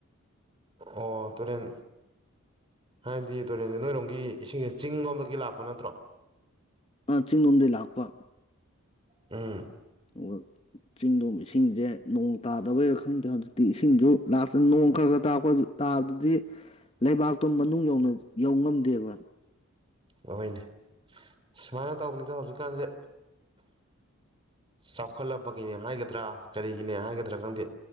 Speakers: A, on the right; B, on the left.
A: ꯑꯣ ꯇꯨꯔꯦꯟ ꯍꯥꯏꯕꯗꯤ ꯇꯨꯔꯦꯟꯁꯦ ꯅꯣꯏꯔꯣꯝꯒꯤ ꯏꯁꯤꯡꯁꯦ ꯆꯤꯡ ꯂꯣꯝꯗꯒꯤ ꯂꯥꯛꯄ ꯅꯠꯇ꯭ꯔꯣ
B: ꯑ ꯆꯤꯡꯂꯣꯝꯗꯒꯤꯩ ꯂꯥꯛꯄ
A: ꯎꯝ
B: ꯑꯣ ꯆꯤꯡꯗꯣꯝ ꯏꯁꯤꯡꯁꯦ ꯅꯣꯡ ꯇꯥꯗꯕꯩꯔꯥ ꯈꯪꯗꯦ ꯍꯧꯖꯤꯛꯇꯤ ꯏꯁꯤꯡꯁꯨ ꯂꯥꯁꯇ ꯅꯣꯡ ꯈꯔ ꯈꯔ ꯇꯥꯔꯄ ꯇꯥꯗꯨꯗꯤ ꯂꯩꯕꯥꯛꯇꯣ ꯃꯅꯨꯡ ꯌꯧ ꯌꯧ ꯉꯝꯗꯦꯕ
A: ꯑꯣꯏꯣꯏꯅꯦ ꯁꯨꯃꯥꯏꯅ ꯇꯧꯕꯅꯤꯗ ꯍꯧꯖꯤꯛꯀꯥꯟꯁꯦ ꯆꯥꯎꯈꯠꯂꯛꯄꯒꯤꯅꯦ ꯍꯥꯏꯒꯗ꯭ꯔꯥ ꯀꯔꯤꯒꯤꯅꯦ ꯍꯥꯏꯒꯗ꯭ꯔꯥ ꯈꯪꯗꯦ